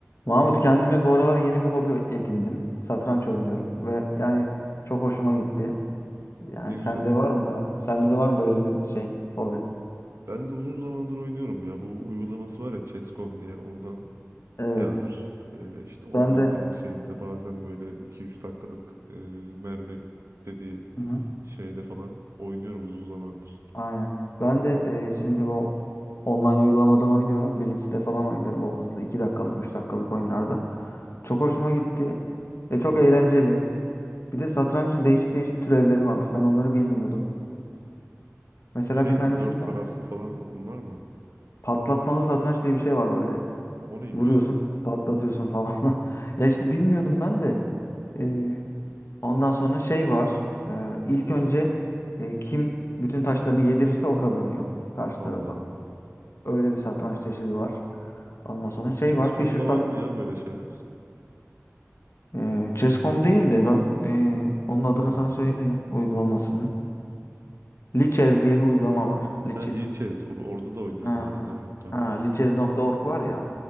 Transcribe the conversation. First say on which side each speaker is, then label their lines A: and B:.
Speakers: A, on the left; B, on the right.
A: Mahmut kendime bu aralar yeni bir hobi edindim. Satranç oynuyorum ve yani çok hoşuma gitti. Yani
B: Ne güzel.
A: sende var mı? da- Sende de var mı böyle bir şey, hobi?
B: Ben de uzun zamandır oynuyorum ya. Bu uygulaması var ya Chess.com diye. Oradan
A: Evet.
B: bayağıdır e, işte 10
A: Ben
B: dakikalık
A: de
B: şeyinde bazen böyle iki üç dakikalık e, mermi dediği
A: Hı hı.
B: şeyde falan oynuyorum uzun zamandır.
A: aynen. Ben de e, şimdi bu online uygulamadan oynuyorum. Blitz'te falan oynuyorum o hızlı 2 dakikalık, 3 dakikalık oyunlarda. Çok hoşuma gitti. Ve çok eğlenceli. Bir de satrancın değişik değişik türevleri varmış. Ben onları bilmiyordum. Mesela
B: Şey
A: bir tanesinde
B: mi? Dört taraflı falan onlar mı?
A: patlatmalı satranç diye bir şey var böyle.
B: O neymiş
A: Vuruyorsun,
B: ya?
A: patlatıyorsun falan. <laughs> Ya işte bilmiyordum ben de. Ee, ondan sonra şey var. Ee, ilk önce e, kim bütün taşlarını yedirirse o kazanıyor karşı
B: Allah
A: tarafa.
B: Allah.
A: Öyle bir satranç çeşidi var. Ondan sonra şey
B: Chess.com'da
A: var. Fischer sat
B: var mı ya böyle şeyler?
A: Ee, Chess.com değil de ben ee, onun adını
B: Ha.
A: sana söyleyeyim uygulamasının. Lichess diye bir uygulama var. Lichess.
B: Ha Lee Chess. Or- orada da oynuyordum
A: Ha,
B: arada evet doğru.
A: ha lichess.org var ya.